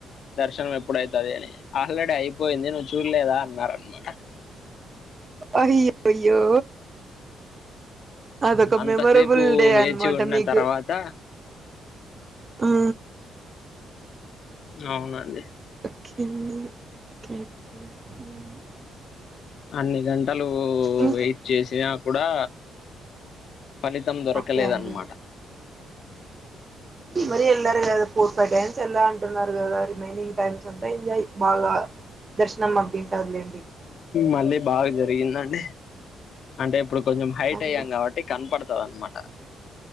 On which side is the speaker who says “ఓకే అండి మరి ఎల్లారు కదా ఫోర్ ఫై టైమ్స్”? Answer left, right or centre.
Right